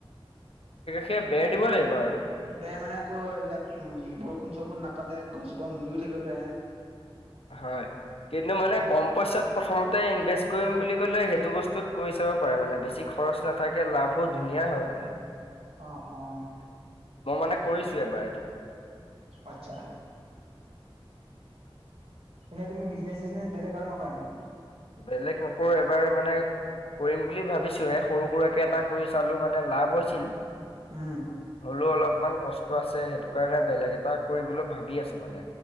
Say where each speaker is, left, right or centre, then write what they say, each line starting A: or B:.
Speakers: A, on the left (about 75°); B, on the right (about 80°).
A: এয়া বেৰ দিব লাগিব আৰু।
B: বেয়া মানে আকৌ এইবিলাক উম বৰষুণ চৰষুণ নাপ পালে গছজোপা মৰিও থাকিব পাৰে।
A: হয়। কিন্তু মানে কম পইচাত প্ৰথমতে ইনভেষ্ট কৰিম বুলি ক'লে সেইটো বস্তুত কৰি চাব পাৰে মানে বেছি। খৰচ নাথাকে লাভো ধুনীয়া হৈ হ'লে।
B: অ', অ'।
A: মই মানে কৰিছো এবাৰ এইটো।
B: আচ্ছা। এনেই তুমি বিজনেচ চজনেচ বেলেগ আৰু নকৰা নি?
A: বেলেগ নকৰো এবাৰ মানে কৰিম বুলি ভাবিছ হে সৰু সুৰাকে এটা কৰি চালো মানে লাভ হৈছিল।
B: উম।
A: হলেও অলপমান কষ্ট আছে সেইটো কাৰণে বেলেগ এটা কৰিবলৈ ভাবি আছো মানে।